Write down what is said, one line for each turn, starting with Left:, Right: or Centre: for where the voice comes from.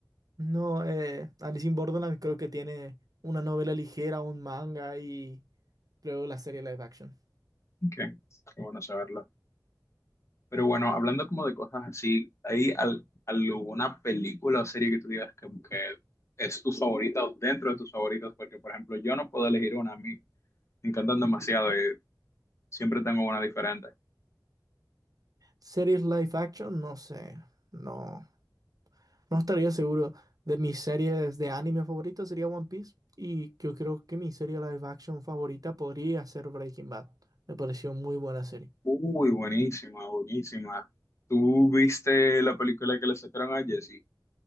Right: No, eh, Alice in Borderland creo que tiene una novela ligera, un manga y luego la serie live action.
Left: Okay. Qué bueno saberlo. Pero bueno, hablando como de cosas así, ¿hay al- alguna película o serie que tú digas que, que es tu favorita o dentro de tus favoritas? Porque, por ejemplo, yo no puedo elegir una, a mí me encantan demasiado y siempre tengo una diferente.
Right: Series live action, no sé, no, no estaría seguro. De mis series de anime favoritas sería One Piece y yo creo que mi serie live action favorita podría ser Breaking Bad. Me pareció muy buena serie.
Left: Uy, buenísima, buenísima. ¿Tú viste la película que le sacaron a Jesse?